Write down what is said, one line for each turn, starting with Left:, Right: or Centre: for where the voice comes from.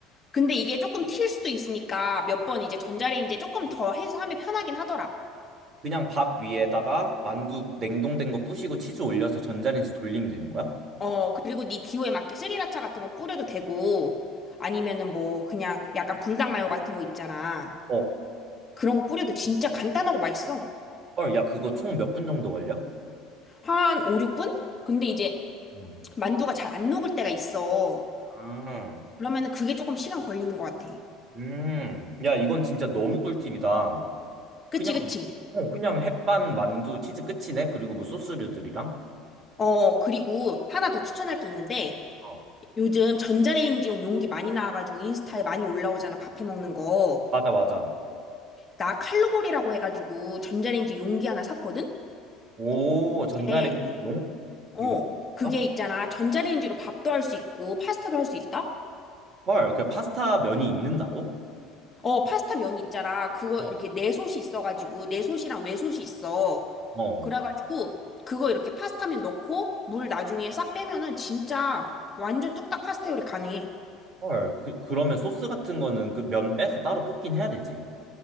Left: 근데 이게 조금 튈 수도 있으니까 몇 번 이제 전자레인지에 조금 더 해서 하면 편하긴 하더라.
Right: 그냥 밥 위에다가 만두 냉동된 거 부시고 치즈 올려서 전자레인지 돌리면 되는 거야?
Left: 어, 그리고 네 기호에 맞게 스리라차 같은 거 뿌려도 되고 아니면은 뭐 그냥 약간 불닭 마요 같은 거 있잖아.
Right: 어.
Left: 그런 거 뿌려도 진짜 간단하고 맛있어.
Right: 헐, 야, 그거 총 몇 분 정도 걸려?
Left: 한 5, 6분? 근데 이제
Right: 음.
Left: 만두가 잘 안 녹을 때가 있어.
Right: 아,
Left: 그러면은 그게 조금 시간 걸리는 것 같아.
Right: 음. 야, 이건 진짜 너무 꿀팁이다.
Left: 그치,
Right: 그냥,
Left: 그치.
Right: 어, 그냥 햇반, 만두, 치즈 끝이네? 그리고 뭐 소스류들이랑?
Left: 어, 그리고 하나 더 추천할 게 있는데
Right: 어.
Left: 요즘 전자레인지용 용기 많이 나와가지고 인스타에 많이 올라오잖아. 밥해 먹는 거.
Right: 맞아, 맞아.
Left: 나 칼로볼이라고 해가지고 전자레인지 용기 하나 샀거든?
Right: 오, 전자레인지
Left: 네.
Right: 용?
Left: 어.
Right: 용?
Left: 그게
Right: 가
Left: 있잖아. 전자레인지로 밥도 할 수 있고 파스타도 할 수 있다?
Right: 헐, 그냥 파스타 면이 익는다고?
Left: 어, 파스타 면 있잖아. 그거
Right: 어.
Left: 이렇게 내솥이 있어가지고 내솥이랑 외솥이 있어.
Right: 어.
Left: 그래가지고 그거 이렇게 파스타면 넣고 물 나중에 싹 빼면은 진짜 완전 뚝딱 파스타 요리 가능해.
Right: 헐, 그, 그러면 소스 같은 거는 그 면 빼서 따로 볶긴 해야 되지.